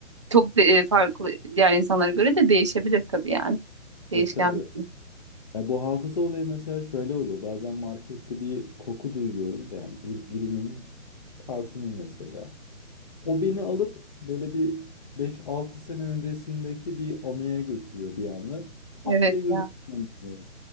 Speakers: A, on the right (about 25°); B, on the left (about 30°).
A: Çok de- e, farklı diğer insanlara göre de değişebilir tabii yani. Değişken
B: Tabii tabii.
A: bir şey.
B: Ya bu hafıza olayı mesela şöyle oluyor. Bazen markette bir koku duyuyorum. Yani bir, birinin parfümü mesela. O beni alıp böyle bir beş altı sene öncesindeki bir anıya götürüyor bir anda. Pat
A: Evet
B: diye gözüm
A: ya.
B: kapanıyor.